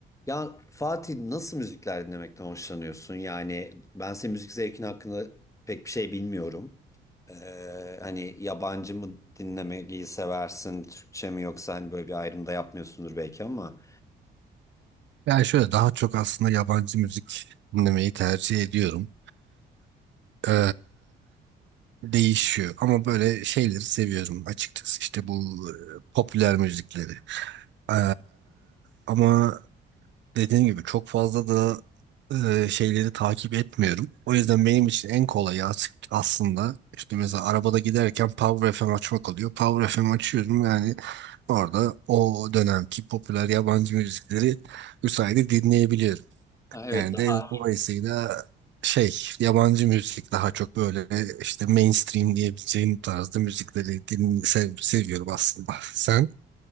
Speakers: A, on the left; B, on the right.
A: Ya Fatih nasıl müzikler dinlemekten hoşlanıyorsun? Yani ben senin müzik zevkin hakkında pek bir şey bilmiyorum. Ee, hani yabancı mı dinlemeyi seversin, Türkçe mi yoksa hani böyle bir ayrım da yapmıyorsundur belki ama.
B: Yani şöyle daha çok aslında yabancı müzik dinlemeyi tercih ediyorum. Ee, değişiyor ama böyle şeyleri seviyorum açıkçası işte bu e, popüler müzikleri. Ee, ama dediğim gibi çok fazla da e, şeyleri takip etmiyorum. O yüzden benim için en kolayı as- aslında işte mesela arabada giderken Power FM açmak oluyor. Power FM açıyorum yani orada o dönemki popüler yabancı müzikleri bu sayede dinleyebiliyorum.
A: Ha, evet
B: Yani
A: daha
B: de dolayısıyla şey yabancı müzik daha çok böyle işte mainstream diyebileceğim tarzda müzikleri din, sev- seviyorum aslında. <laughs> Sen?